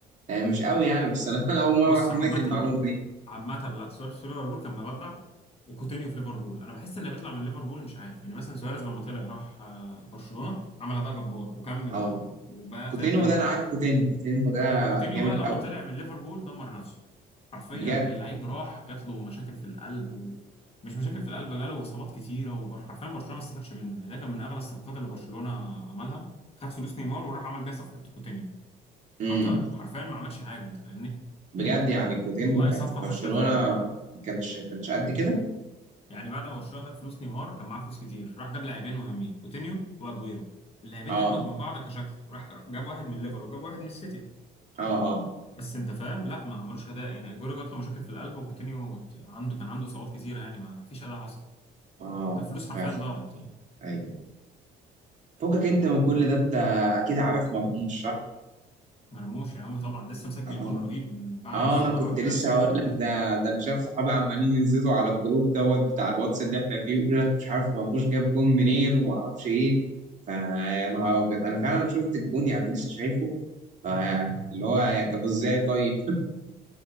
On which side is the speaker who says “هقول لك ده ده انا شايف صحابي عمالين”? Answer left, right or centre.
Right